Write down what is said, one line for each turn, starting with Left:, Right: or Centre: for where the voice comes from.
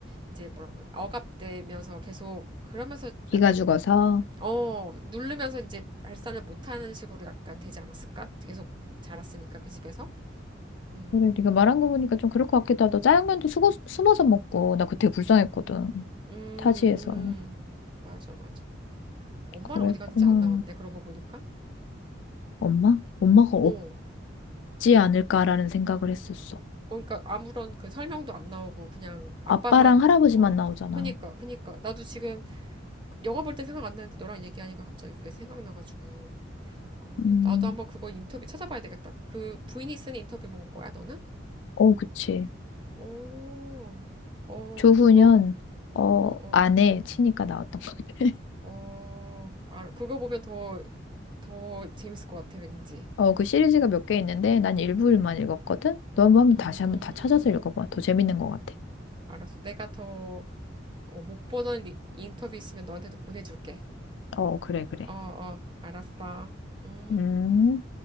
Right: 이제 뭐랄까 억압되면서 계속 그러면서
Left: 이가
Right: 약간
Left: 죽어서.
Right: 어, 누르면서 이제 발산을 못하는 식으로 약간 되지 않았을까? 계속 자랐으니까 그 집에서. 음,
Left: 그래, 네가 말한 거 보니까 좀 그럴 것 같기도 하다. 짜장면도 수고, 숨어서 먹고 나 그때 불쌍했거든.
Right: 음,
Left: 타지에서.
Right: 음. 맞아, 맞아. 엄마는
Left: 그랬구나.
Right: 어디 갔는지 안 나왔네. 그러고 보니까.
Left: 엄마? 엄마가
Right: 어, 어,
Left: 없지 않을까라는 생각을 했었어.
Right: 그러니까 아무런 그 설명도 안 나오고 그냥 아빠만
Left: 아빠랑 할아버지만
Right: 어,
Left: 나오잖아.
Right: 그니까, 그니까. 나도 지금 영화 볼 때 생각 안 나는데 너랑 얘기하니까 갑자기 그게 생각나가지고. 어,
Left: 음,
Right: 나도 한번 그거 인터뷰 찾아봐야 되겠다. 그 부인이 쓴 인터뷰 뭐 본 거야, 너는?
Left: 어, 그치.
Right: 어, 어,
Left: 조훈현,
Right: 그거,
Left: 어,
Right: 어, 어,
Left: 아내
Right: 어.
Left: 치니까 나왔던 것 같아. <laughs>
Right: 어, 알아. 그거 보면 더, 더 재밌을 것 같아, 왠지.
Left: 어, 그 시리즈가 몇 개 있는데 난 일부일만 읽었거든? 너 한번
Right: 음,
Left: 다시 한번 다 찾아서 읽어봐. 더 재밌는 것 같아.
Right: 알았어. 내가 더, 어, 못 보던 리- 인터뷰 있으면 너한테도 보내줄게.
Left: 어, 그래, 그래.
Right: 어, 어, 알았어. 음.
Left: 음.